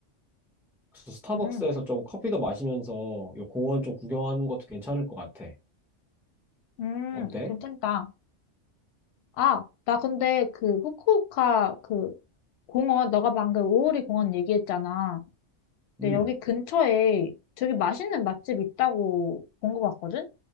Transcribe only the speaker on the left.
응,
응,
괜찮다. 아, 나 근데 그 후쿠오카 그 공원, 너가 방금 오오리 공원 얘기했잖아. 근데
여기 근처에 되게 맛있는 맛집 있다고 본 것 같거든?